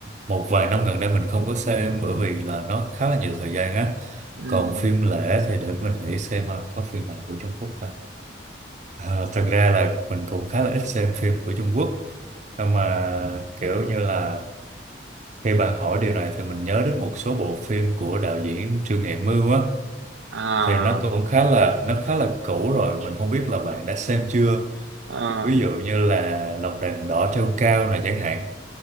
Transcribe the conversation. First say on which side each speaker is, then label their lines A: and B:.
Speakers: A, on the right; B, on the right.
A: một vài năm gần đây mình không có xem bởi vì là nó khá là nhiều thời gian á.
B: Hmm.
A: Còn phim lẻ thì để mình nghĩ xem là có phim nào của Trung Quốc ta. À, thật ra là mình cũng khá là ít xem phim của Trung Quốc. Nhưng mà kiểu như là Khi bạn hỏi điều này thì mình nhớ đến một số bộ phim của đạo diễn Trương Nghệ Mưu á
B: À,
A: thì nó cũng khá là nó khá là cũ rồi mình không biết là bạn đã xem chưa
B: à,
A: ví dụ như là Lòng đèn đỏ treo cao này chẳng hạn